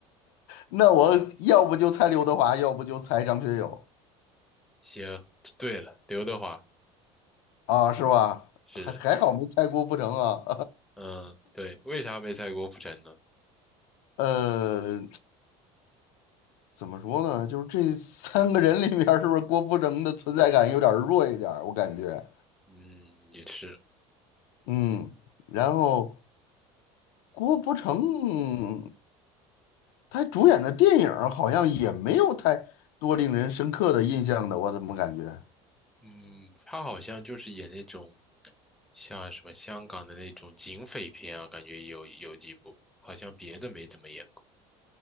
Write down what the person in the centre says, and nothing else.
行，对了，刘德华
是，
嗯，对，为啥没猜郭富城呢？
嗯，也是。
嗯，他好像就是演那种像什么香港的那种警匪片啊，感觉有有几部，好像别的没怎么演过，